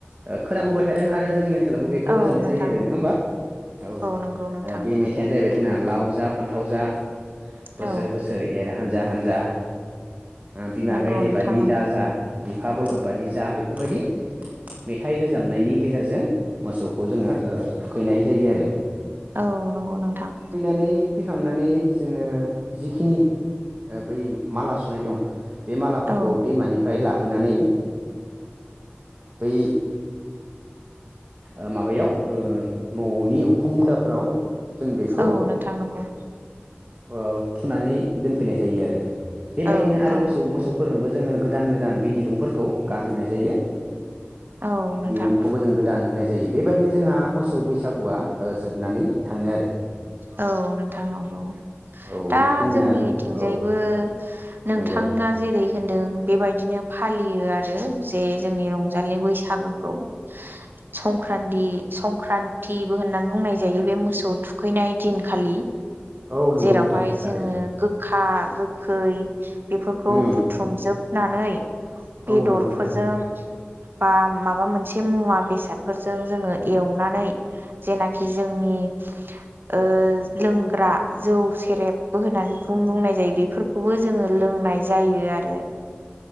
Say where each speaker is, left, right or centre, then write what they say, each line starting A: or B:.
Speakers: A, on the right (about 40°); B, on the right (about 60°).
A: ओ खोनाबोबाय थादों आरो जोंनि ओन सोलावबो बेखौ
B: औ
A: रोजाबनाय
B: नोंथां
A: जायो आरो
B: नंगौ
A: नङा होनबा? औ
B: नंगौ नोंथां
A: बे मेथाइ आनो जाहैबाय जोंना लाव जा, फान्थाव जा बोसोर
B: औ
A: बोसोर एर हानजा हानजा बिमा
B: नंगौ
A: गायदे
B: नोंथां
A: बादि
B: नंगौ
A: दा जा बिफा बलद बादि जा बेफोरबायदि मेथाइ रोजाबनायनि गेजेरजों मोसौखौ जोङो ओ थुखैनाय जायो आरो।
B: औ नंगौ नोंथां।
A: नानै फैखांनानै जोङो जिखिनि ओ बै माला सुनाय दं बे मालाफोरखौ
B: औ
A: दैमानिफ्राय ला बोनानै ओ बै ओ माबायाव ओ न'नि उखुम मुदाफोराव जों बेखौ
B: औ नोंथां नंगौ।
A: ओ थुनानै दोनफैनाय जायो आरो। बेबायदिनो
B: औ
A: आरो
B: औ
A: मोसौ-मोसौफोरनोबो जोङो गोदान गोदान बे दिरुंफोरखौ गानहोनाय जायो।
B: औ नोंथां
A: दिरुंखौबो जों गोदान होनाय जायो। बेबायदिनो जोंहा मोसौ बैसागुआ ओ जोबनानै थाङो आरो।
B: औ नोंथां नंगौ
A: औ
B: दा
A: बेखिनिया
B: जोंनिथिंजायबो
A: औ
B: नोंथाङा
A: नंगौ
B: जेरै होनदों बेबायदिनो फालियो आरो जे जोंनि रंजालि बैसा गुखौ। संक्रान्दि संक्रान्तिबो होननानै बुंनाय जायो बे मोसौ थुखैनाय दिनखालि।
A: औ नंगौ
B: जेरावहाय
A: नोंथां थारैनो
B: जोङो गो खा, गोखै बेफोरखौ
A: उम
B: बुथुमजोबनानै बेदरफोरजों
A: औ नंगौ नोंथां
B: बा माबा मोनसे मुवा बेसादफोरजों जोङो एवनानै जेनाखि जोंनि ओ लोंग्रा जौ सेरेबबो होननानै बुंनाय जायो बेफोरखौबो जोङो लोंनाय जायो यो आरो।